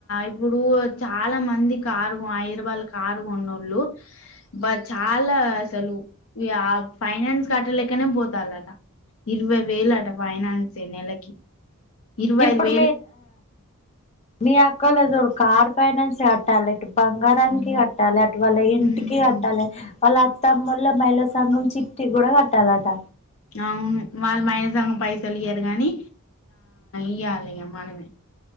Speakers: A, on the left (about 65°); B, on the left (about 30°).
A: ఇప్పుడు చాలా మంది కారు ఐదరాబాదుల రూపాయల కారు కొన్నోళ్ళు, బ చాలా అసలు య ఫైనాన్స్ కట్టలేకనే పోతారుట ఇరవై వేలు అట ఫైనాన్స్ నెలకి ఇరువైఐదు
B: ఇప్పుడు మీ అక్క క ఫైన్ టాలెంట్ బంగారానికి
A: ఉమ్.
B: కట్టాలా వాళ్ళ ఇంటికి
A: ఉమ్.
B: అట్టాలి వాళ్ళ తమ్ముళ్ల మైళసంగం చిట్టి కూడా కట్టాలట
A: అవును వాళ్ళు మైన సఘం పైస అలిగారు గాని ఇయ హాల మనమ